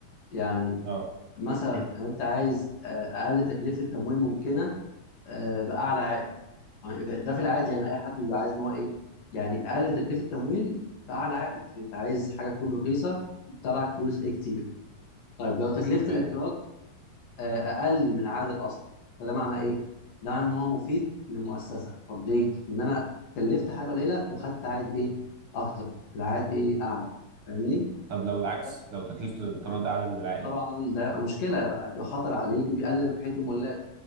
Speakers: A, on the left; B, on the right.
A: يعني
B: اه
A: مثلا
B: <clears throat>
A: لو انت عايز آه، اقل تكلفه تمويل ممكنه آه، باعلى عائد يعني ده في العادي يعني اي حد بيبقى عايز ان هو ايه يعني اقل تكلفه تمويل باعلى عائد انت عايز حاجه تكون رخيصه تطلعك فلوس ايه كتير طيب لو تكلفه
B: تمام
A: الاقتراض آه، اقل من عائد الاصل فده معناه ايه؟ ده ان هو مفيد لمؤسسه طب ليه؟ ان انا كلفت حاجه قليله وخدت عائد ايه؟ اكتر العائد ايه؟ اعلى فاهمني؟
B: طب لو العكس
A: فده
B: لو تكلفة الاقتراض أعلى من العائد
A: طبعا ده يبقى مشكله يبقى خطر عليك وبيقلل ربحيه الملاك